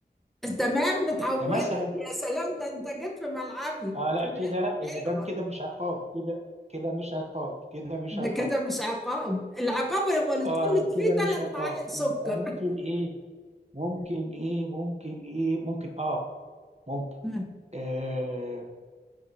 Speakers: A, in the centre; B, on the right.
A: تمام متعودة
B: ده مثلا
A: يا سلام ده انت جيت في ملعبي
B: اه لا
A: تمام
B: كده لا
A: حلوة
B: يبقى ده كده مش عقاب كده كده مش عقاب كده مش
A: ده
B: عقاب
A: كده مش عقاب العقاب يبقى اللي
B: اه
A: تقول
B: لا
A: لي فيه
B: كده مش
A: ثلاث
B: عقاب
A: معالق سكر
B: يبقى ممكن ايه ممكن ايه ممكن ايه ممكن اه ممكن
A: <laughs>
B: آه